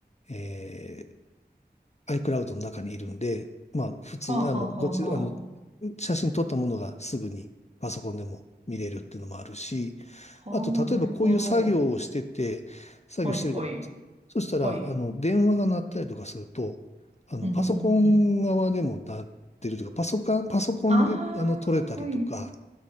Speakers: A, on the left; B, on the right.
A: えー、iCloud の中にいるんで、まあ、普通、
B: はあはあはあはあ。
A: あの、こちら、あの、写真撮ったものがすぐにパソコンでも見れるっていうのもあるし、
B: はあ、
A: あと、例えばこういう作業をしてて、
B: なるほど。
A: 作業してるじゃないですか。
B: はいはい。
A: そしたら、
B: はい。
A: あの、電話が鳴ったりとかすると、あの、
B: うんうんうん。
A: パソコン側でも鳴ってるとか、パソコン、パソコンで、
B: ああ、
A: あの、撮れたりとか、
B: はい。